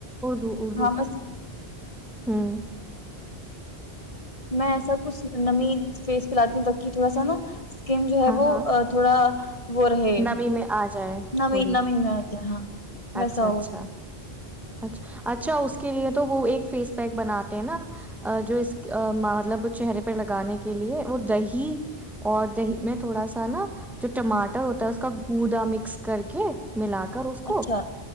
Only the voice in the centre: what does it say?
اردو اردو
ہوں
ہاں
ہاں
نمی میں آ جائے
تھوڑی
اچھا اچھا
اچھا اچھا اس کے لیے تو وہ ایک فیس پیک بناتے ہیں نا جو اس مطلب چہرے پرہ لگانے کے لیے وہ دہی اور دہی میں تھوڑا سا نا جو ٹماٹر ہوتا ہے اس کا گوودا مکس کر کے ملا کر اس کو